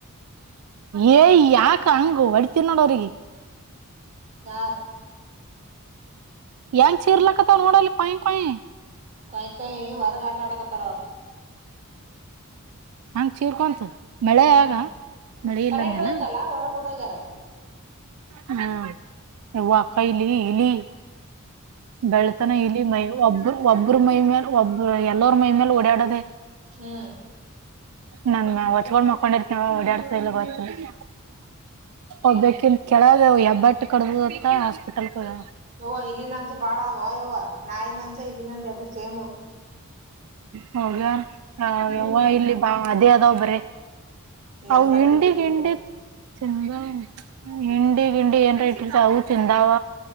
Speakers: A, on the right; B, on the right.
A: ಏ ಯಾಕ ಹಂಗ ಹೊಡ್ತೀನ್ ನೊಡವರಿಗೆ
B: ಯಾರು
A: ಹೆಂಗ ಚೀರ್ಲಕ್ಕತ್ತವ ನೋಡಲ್ಲಿ ಕೊಯ್ಯ ಕೊಯ್ಯ
B: ಕಾಯ್ಕಾಯಿ ವರಗ ಆಟ ಅಡಕ್ಕತರ ಅವರು
A: ಹಂಗ ಚೀರ್ಕೊಂತ ಮಳೆ
B: ಹ್ಮ್
A: ಆಗ ಮಳೆ
B: ಕರೆಂಟ್
A: ಇಲ್ಲಂದಲ್ಲ
B: ಹೋಯ್ತಲ್ಲ ಹೊರಗ್ ಓಡೋಗ್ಯಾರ
A: ಹ್ಮ ಯವ್ವ ಕೈಲಿ ಇಲಿ ಬೆಳತನ ಇಲಿ ಮೈ ಒಬ್ಬರು ಒಬ್ಬರು ಮೈ ಮೇಲ್ ಒಬ್ಬರು ಎಲ್ಲರ ಮೈ ಮೇಲೆ ಓಡಾಡೋದೆ
B: ಹ್ಮ್
A: ನನ್ ಹೊಚ್ಕೊಂಡ ಮಕೊಂಡಿರ್ತೇವ ಓಡಾಡ್ತ ಇಲ್ಲ ಗೊತ್ತಿಲ್ಲ. ಒಬ್ಬಕಿನ ಕೆೇಳಗ ಎಬ್ಬಟ್ಟ ಕಡ್ದದತ್ತ ಹಾಸ್ಪಿಟಲ್ ಹೋಗ್ಯಾವ
B: ಯವ್ವ ಇಲ್ಲಿನಂಜ ಬಾಳದ ವಯವ್ವ ನಾಯಿನಂಜ ಇಲ್ಲಿನಂಜ ಎಡ್ಡು ಸೇಮ್
A: ಹೋಗರ
B: ಹ್ಮ್
A: ಯವ್ವ ಇಲ್ಲಿ ಬಾ ಅದೇ ಅದಾವ ಬರೆ ಅವು
B: ಎಂತಲ್
A: ಹಿಂಡಿ
B: ಸಿಗ್ಬೇಕಿತ್ರಿ
A: ಇಂಡಿ ಚಂದ ಹಿಂಡಿ ಗಿಂಡಿ ಏನ್ ಇಟ್ರ್ತ ಅವು ತಿಂದಾವ